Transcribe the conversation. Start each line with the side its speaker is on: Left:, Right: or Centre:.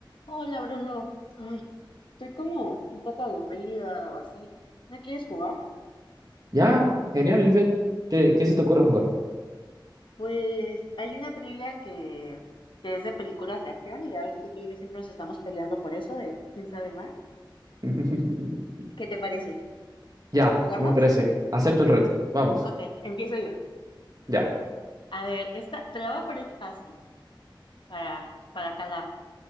Left: Hola Bruno, ay, estoy como un poco aburrida o así. ¿No quieres jugar?
Right: Ya, genial, Elifet. ¿Qué, qué se te ocurre jugar?
Left: Pues hay una trivia que, que es de películas de acción y ya ves que tú y yo siempre nos estamos peleando por eso de quién sabe más.
Right: <laughs>
Left: ¿Qué te parece?
Right: Ya,
Left: ¿Jugamos?
Right: me parece. Acepto el reto. Vamos,
Left: Ok, empiezo yo.
Right: ya.
Left: A ver, esta te la voy a poner fácil para, para calar.